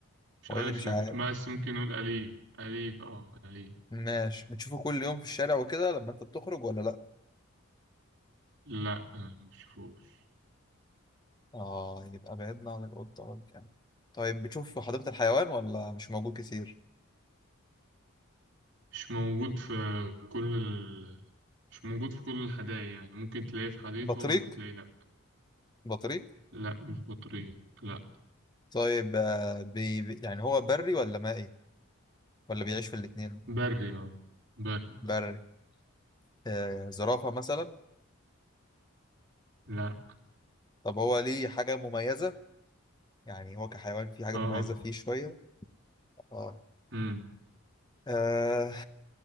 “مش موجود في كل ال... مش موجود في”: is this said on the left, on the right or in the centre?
Right